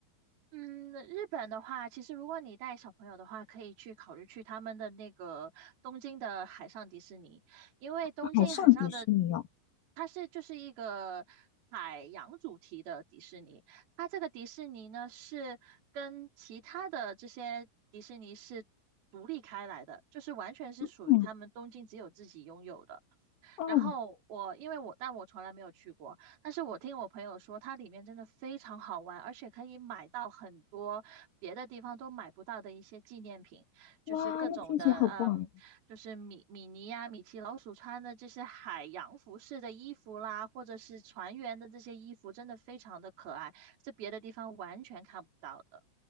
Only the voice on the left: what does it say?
海上迪士尼哦，
嗯，哦，
哇，那听起来好棒。